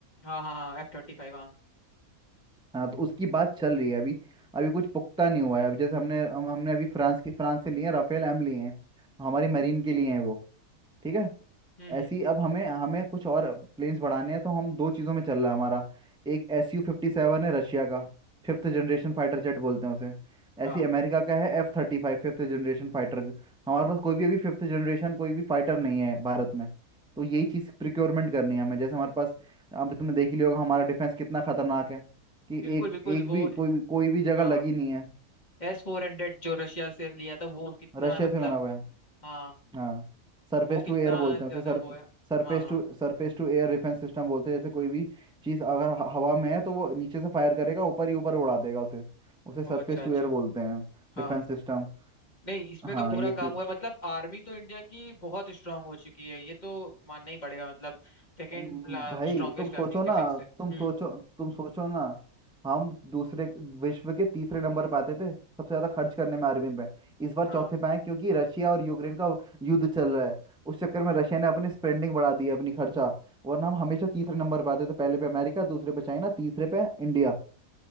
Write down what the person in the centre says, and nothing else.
हाँ तो उसकी बात चल रही है अभी अभी कुछ पुख्ता नहीं हुआ है अभी जैसे हमने हम, हमने अभी फ्रांस की फ्रांस से लिए हैं राफेल एम लिए हैं हमारी मरीन के लिए हैं वो ठीक है
ऐसी अब हमें हमें कुछ और प्लेन्स बढ़ाने हैं तो हम दो चीज़ों में चल रहा है हमारा एक एस यू फिफ्टी सेवन है रशिया का फिफ्थ जनरेशन फाइटर जेट बोलते हैं उसे
ऐसी अमेरिका का है एफ थर्टी फाइव फिफ्थ जनरेशन फाइटर हमारे पास कोई भी अभी फिफ्थ जनरेशन कोई भी फाइटर नहीं है भारत में तो यही चीज़ प्रिक्योरमेंट करनी है हमें जैसे हमारे पास अब तुमने देख ही लिया होगा हमारा डिफेंस कितना खतरनाक है कि
एक
एक
भी कोई भी कोई भी जगह
लगी नहीं है
रशिया
से बना हुआ है
हाँ सरफेस
टू
एयर बोलते हैं
उसे surface
surface
to सरफेस टू air defence system बोलते हैं जैसे कोई भी चीज़ अगर ह- हवा में है तो वो नीचे से फायर करेगा ऊपर ही ऊपर उड़ा देगा उसे उसे सरफेस
टू एयर बोलते हैं
डिफेंस सिस्टम
हाँ
ये चीज़
उम, भाई
तुम सोचो
ना
तुम सोचो तुम सोचो ना हम दूसरे विश्व के तीसरे नंबर पे आते थे सबसे ज्यादा खर्च करने में आर्मी पे इस बार
चौथे पे आए क्योंकि रशिया और यूक्रेन का युद्ध चल रहा है उस चक्कर में रशिया ने अपनी स्पेंडिंग बढ़ा दी है अपनी खर्चा वरना हम हमेशा तीसरे नंबर पे आते थे पहले पे अमेरिका दूसरे पे चाइना तीसरे पे इंडिया